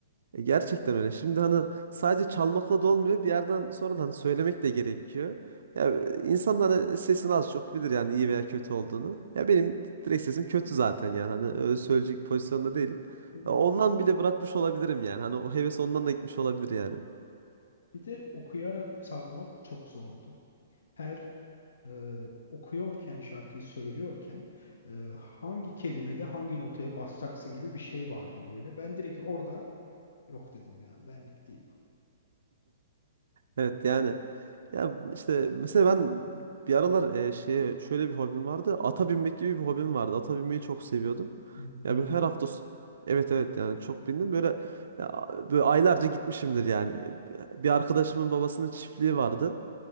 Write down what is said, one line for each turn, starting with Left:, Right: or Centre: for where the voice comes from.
Right: E, Gerçekten öyle. Şimdi hani sadece çalmakla da olmuyor. Bir yerden sonra da hani söylemek de gerekiyor. Ya e, insan da hani sesini az çok bilir yani iyi veya kötü olduğunu. Ya benim direkt sesim kötü zaten yani hani öyle söyleyecek pozisyonda değilim.
Left: evet.
Right: E, Ondan bile bırakmış olabilirim yani. Hani o heves ondan da gitmiş olabilir yani.
Left: Bir de okuyarak salmak çok zordu. Her e, okuyorken şarkıyı söylüyorken e, hangi kelimede hangi notaya basacaksın gibi bir şey vardı böyle. Ben direkt orada yok dedim yani benlik değil. bu.
Right: Evet yani Ya işte mesela ben bir aralar e, şeye şöyle bir hobim vardı. Ata binmek gibi bir hobim vardı. Ata binmeyi çok seviyordum.
Left: Bindim
Right: Ya böyle her hafta
Left: mi?
Right: s- evet evet yani çok bindim. Böyle ya, böyle aylarca gitmişimdir yani. Bir arkadaşımın babasının çiftliği vardı.